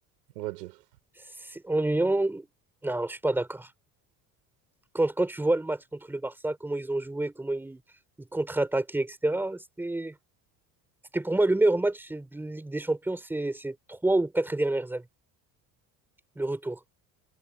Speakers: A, on the right (about 85°); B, in the centre.
A: on va dire.
B: C'est ennuyant. Non, je suis pas d'accord. Quand, quand tu vois le match contre le Barça, comment ils ont joué, comment ils, ils contre-attaquaient, etc., c'était, c'était pour moi le meilleur match de Ligue des Champions ces, ces trois ou quatre dernières années, le retour.